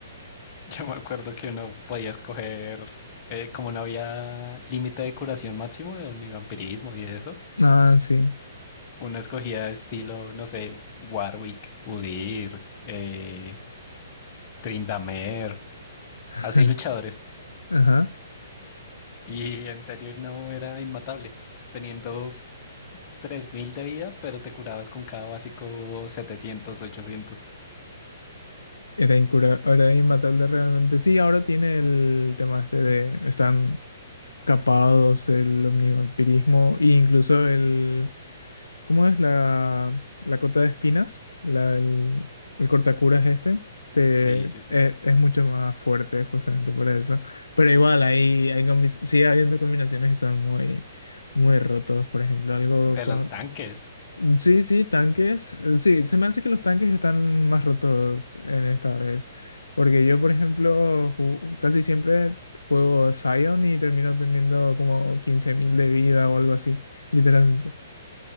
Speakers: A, on the left; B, on the left.
A: Yo me acuerdo que uno podía escoger, eh, como no había límite de curación máximo de ni vampirismo y de eso,
B: Ah, sí.
A: uno escogía estilo, no sé, Warwick, Udyr, eh, Tryndamere,
B: <laughs>
A: así luchadores.
B: Ajá.
A: Y en serio no era inmatable, teniendo 3000 de vida, pero te curabas con cada básico 700 ochocientos
B: Era incura, era inmatable realmente. Sí, ahora tiene el tema este de están capados, el omnivampirismo e incluso el ¿Cómo es la, la cota de espinas? La, el, el cortacuras este. Te,
A: Sí, sí, sí.
B: e- es, mucho más fuerte justamente por eso. Pero igual, hay, hay combi- sigue habiendo combinaciones que son muy, muy rotos. Por ejemplo, algo
A: De
B: con...
A: los tanques.
B: Sí, sí, tanques. eh, Sí, se me hace que los tanques están más rotos en esta vez. Porque yo, por ejemplo, ju- casi siempre juego Sion y termino teniendo como 15.000 de vida o algo así, literalmente.